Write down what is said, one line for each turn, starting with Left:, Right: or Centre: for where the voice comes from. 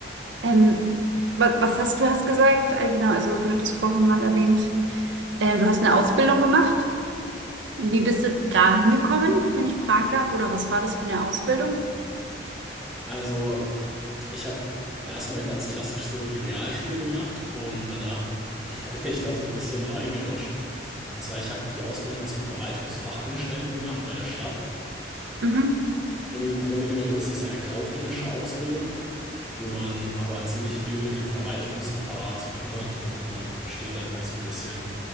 Right: ähm, wa- was hast du hast gesagt? Äh, genau, also du hattest vorhin mal erwähnt, ähm, du hast eine Ausbildung gemacht. Wie bist du da hingekommen, wenn ich fragen darf? Oder was war das für eine Ausbildung?
Centre: Also, ich habe erstmal ganz klassisch so die Realschule gemacht und danach <laughs> bin ich da so ein bisschen reingerutscht. Und zwar, ich habe die Ausbildung zum Verwaltungsfachangestellten gemacht bei der Stadt.
Right: Mhm.
Centre: Und im Grunde genommen ist das eine kaufmännische Ausbildung. wo man aber ziemlich viel mit dem Verwaltungsapparat zu tun hat und man versteht dann halt so ein bisschen,